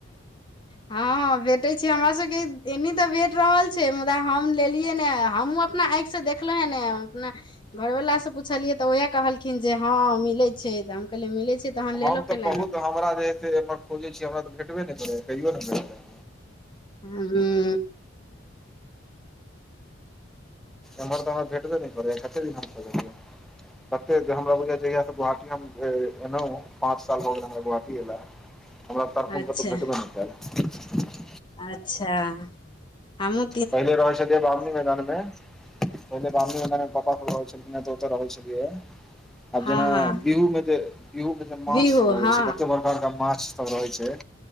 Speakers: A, on the left; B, in the centre.
A: हा ह भेटे छी हमरा सभ के एनी तऽ भेट रहल छै मुदा हम लेलियै ने हमहुँ अपना आखि से देख देखल हेने आप घरवलासँ पुछलियै तऽ उएह कहलखिन जे ह मिलैत छै तऽ हम कहलियै मिलैत छै तहन
B: हम
A: लेलो
B: तऽ
A: कैला
B: बहुत
A: नहि
B: हमरा जे ह से एमहर खोजै छै हमरा तऽ भेटबे नहि करैए कहियो ने भेटै
A: हू
B: एम्हर तऽ हमह भेबे करैयै कते दिन हम सँ कते हमरा बुझ जहिया से गोवाी हम एलहु पाँच साल भऽ गेले हम गोहाटी एलाे हमरा तक कऽ
A: अच्छा
B: तऽ भेटबै ने
A: अच्छा हमु
B: पहिले रहै छललिय बामनी मैदान मे पहिले बामी पप्पा रहै छल तो तऽ रहै छै है। आब
A: हँ
B: जेना
A: हँ
B: बिहूमे जे बिहूमे जे माछ
A: बिहू
B: सभ अबैत
A: हँ
B: छै कतेक बड़का बड़का माछ सभ रहैत छै